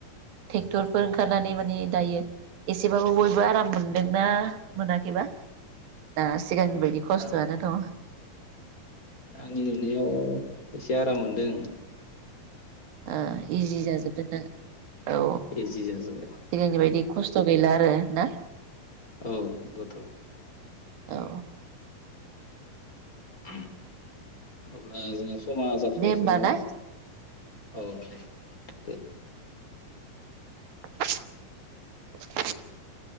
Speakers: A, on the right (about 80°); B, on the left (about 25°).
A: ट्रेक्टरफोर ओंखारनानै माने दायो एसेबाबो बयबो आराम मोनदोंना मोनाखैबा दा सिगांनि बायदि खस्थ'आनो
B: आं
A: दङ
B: आंनि नुनायाव एसे आराम मो नंदों।
A: ओ इजि जाजोबदो ना? औ
B: इजि जाजोब्बाय
A: सिगांनि बायदि खस्थ' गैला आरो ना
B: औ नंगौथ'
A: औ
B: उ अब्ला जोङो समा जाथ'लायसै
A: दे होमबा
B: नामा
A: ना
B: औ दे दे
A: <unintelligible>